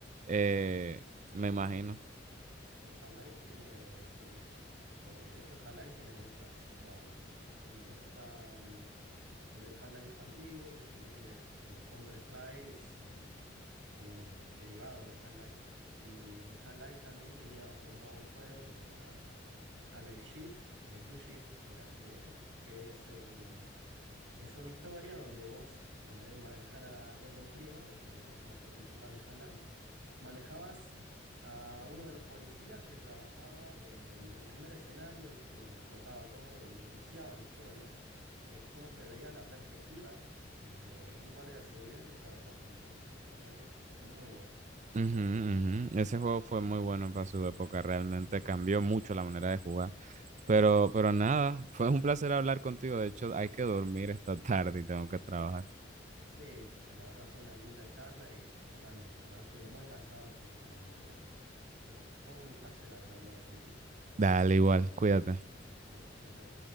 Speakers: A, on the right; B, on the right.
A: Eh,
B: Sí, sí.
A: me
B: sí.
A: imagino.
B: El Half-Life tiene, sí. eh, de hecho, el Half-Life tiene muchos modos. de- Incluso está mm, desde el Half-Life antiguo, ¿viste? Viste que el, Counter-Strike es, mm, viene derivado del Half-Life. Y en Half-Life también tenía otros modos de juego, que era Half-Life Shift, el Blue Shift era, de hecho, que es el... Es una historia donde vos, en vez de manejar a Gordon Freeman, que sería el personaje principal de Half-Life, manejabas a uno de los policías que trabajaba en el primer escenario, ¿viste? Donde explotaba todo, donde iniciaba la historia. Es como que veías la perspectiva desde un guardia de seguridad que estaba trabajando ahí. La verdad que es muy bueno.
A: Ujú, ujú. Ese juego fue muy bueno para su época, realmente cambió mucho la manera de jugar. Pero, pero nada, <laughs> fue un placer hablar contigo. De hecho, hay que dormir esta tarde y tengo que trabajar.
B: Sí, sí, sí, la verdad fue una linda charla y yo también, la verdad estoy muy cansado, así que también me voy a ir a acostar. Este, bueno, fue un placer haber hablado contigo.
A: Dale, igual, cuídate.
B: Dale, chau, chau.